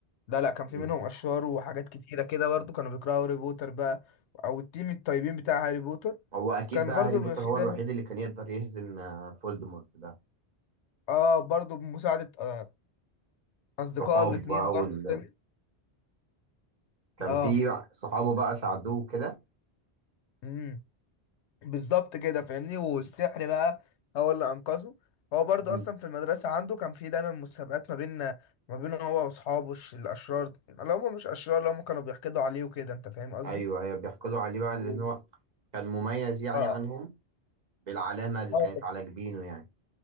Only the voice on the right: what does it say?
امم
هو اكيد
بقى
هاري بوتر
هو
الوحيد اللي كان يقدر يهزم آه، فولدمورت ده
الصحاب
بقى
وال...
كان
في صحابه بقى ساعدوه كده
مم.
ايوه ايوه بيحقدوا عليه بقى لان
هو كان مميز يعني
عنهم بالعلامه اللي
كانت
على جبينه يعني